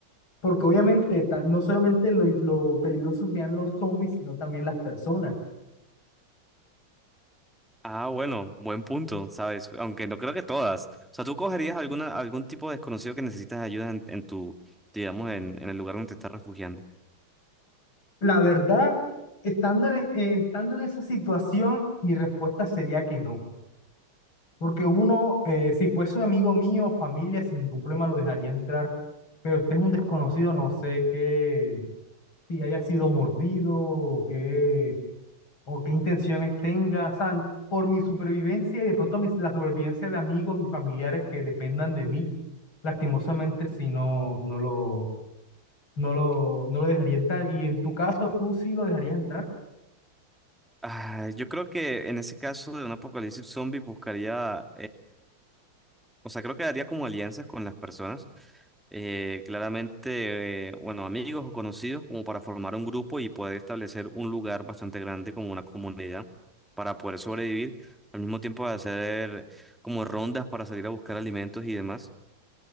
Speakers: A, on the left (about 75°); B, in the centre.
A: porque obviamente ta- no solamente lo, lo peligroso serían los zombies, sino también las personas.
B: Ah, bueno, buen punto, ¿sabes? Aunque no creo que todas. O sea, tú cogerías alguna, algún tipo de desconocido que necesitas ayuda en, en tu, digamos, en, en el lugar donde te estás refugiando.
A: La verdad, estando en, e- eh, estando en esa situación, mi respuesta sería que no. Porque uno, eh, si fuese un amigo mío o familia, sin ningún problema lo dejaría entrar. Pero este es un desconocido, no sé qué, si haya sido mordido o qué o qué intenciones tenga, o sea, por mi supervivencia y de pronto mis- la supervivencia de amigos y familiares que dependan de mí, lastimosamente si no, no lo, no lo, no lo dejaría entrar. Y en tu caso, tú sí lo dejarías entrar,
B: Ah, yo creo que en ese caso de un apocalipsis zombie buscaría O sea, creo que haría como alianzas con las personas, eh, claramente, eh, bueno, amigos o conocidos, como para formar un grupo y poder establecer un lugar bastante grande como una comunidad para poder sobrevivir, al mismo tiempo hacer como rondas para salir a buscar alimentos y demás.